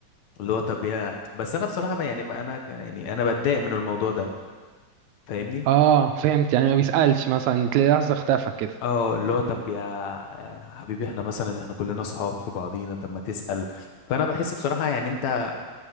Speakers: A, on the left; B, on the right.
A: اللي هو طب يا بس انا بصراحة بقى يعني ما انا ك- يعني انا بتضايق من الموضوع ده فاهمني
B: اه فهمت يعني ما بيسالش مثلا تلاقي لحظه اختفى كده
A: اه اللي هو طب يا يا حبيبي احنا مثلا احنا كلنا اصحاب في بعضينا طب ما تسأل فانا بحس بصراحة يعني انت